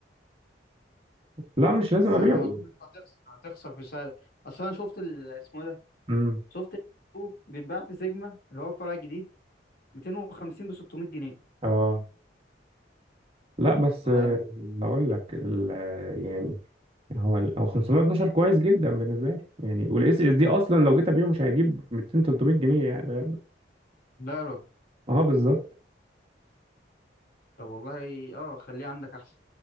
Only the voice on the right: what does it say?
لا مش
لازم ابيعه
امم
اه لا بس
آه، هقول لك ال- آه، يعني هو ال- هو 512 كويس جدا بالنسبه لي يعني والاس اس دي اصلا لو جيت ابيعه مش هيجيب 200 300 جنيه يعني فاهم؟
اه بالظبط